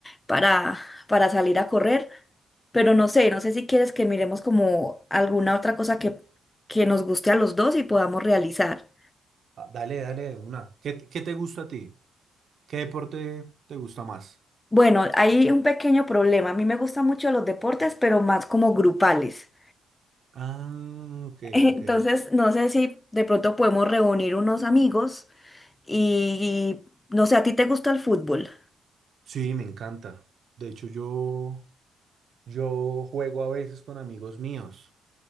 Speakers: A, on the left; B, on the right.
A: para, para salir a correr, pero no sé, no sé si quieres que miremos como alguna otra cosa que, que nos guste a los dos y podamos realizar.
B: Ah, Dale, dale, de una. ¿Qué, te- qué te gusta a ti? ¿Qué deporte te gusta más?
A: Bueno, hay un pequeño problema. A mí me gustan mucho los deportes, pero más como grupales.
B: Ah, ok,
A: Entonces,
B: ok.
A: no sé si de pronto podemos reunir unos amigos y, y, no sé, ¿a ti te gusta el fútbol?
B: Sí, me encanta. De hecho, yo, yo juego a veces con amigos míos.